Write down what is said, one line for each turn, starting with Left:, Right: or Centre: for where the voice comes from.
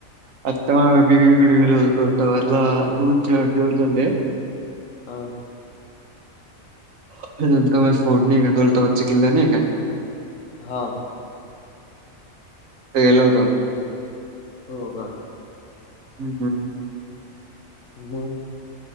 Right: आता माया बेबीकडे गेलो होतो <unintelligible> दोन चार दिवस झाले
Left: हा.
Right: <unintelligible> बाद स्फोर्ट नाही का दौलताबादचा किल्ला नाही का?
Left: हा.
Right: तिथं गेलो होतो.
Left: हो का?
Right: हम् हम्.
Left: मंग